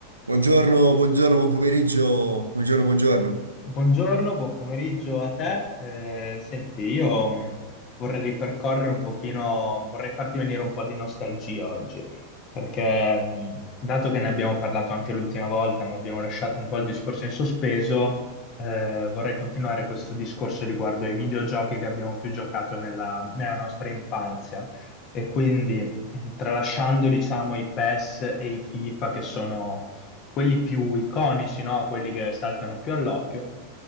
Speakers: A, on the right; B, on the left.
A: Buongiorno, buongiorno, buon pomeriggio, buongiorno, buongiorno.
B: Buongiorno, buon pomeriggio a te. Eh, senti, io mh, vorrei ripercorrere un pochino, vorrei farti venire un po' di nostalgia oggi, perché mh, dato che ne abbiamo parlato anche l'ultima volta, ma abbiamo lasciato un po' il discorso in sospeso, eh, vorrei continuare questo discorso riguardo ai videogiochi che abbiamo più giocato nella, nella nostra infanzia. E quindi, mh, tralasciando, diciamo, i PES e i FIFA, che sono quelli più iconici, no? Quelli che saltano più all'occhio.